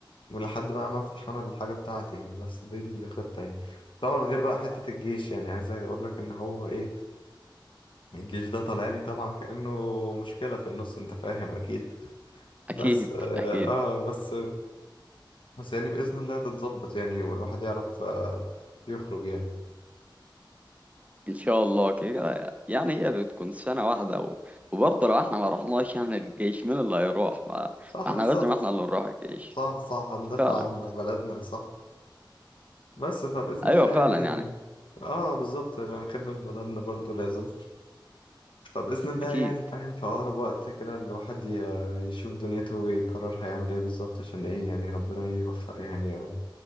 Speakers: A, on the left; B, on the right.
A: ولحد بقى ما افتح انا الحاجه بتاعتي يعني بس دي الخطه يعني طبعا غير بقى حته الجيش يعني عايز اقول لك ان هو ايه الجيش ده طالع لي طبعا كانه مشكله في النص انت فاهم اكيد
B: اكيد
A: بس اه
B: اكيد
A: آه، بس بس يعني باذن الله تتظبط يعني والواحد يعرف آه يخرج يعني
B: ان شاء الله كده يعني هي بتكون سنة واحدة و... وبرضه لو احنا ما رحناش يعني الجيش مين اللي هيروح ما...
A: صح
B: ما
A: بالظبط
B: احنا لازم احنا اللي نروح الجيش
A: صح صح هندافع
B: فعلا
A: عن بلدنا صح بس فباذن
B: ايوه
A: الله يعني
B: فعلا يعني
A: اه بالظبط لان خدمه بلدنا برضو لازم فبإذن الله
B: اكيد
A: يعني فاهم
B: ان
A: في أقرب وقت كده الواحد ي- يشوف دنيته ويقرر هيعمل إيه بالظبط عشان إيه يعني ربنا يوفق يعني يا رب